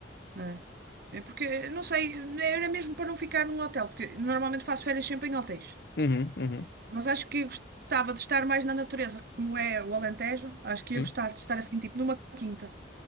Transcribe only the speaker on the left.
Uhum, uhum,
sim,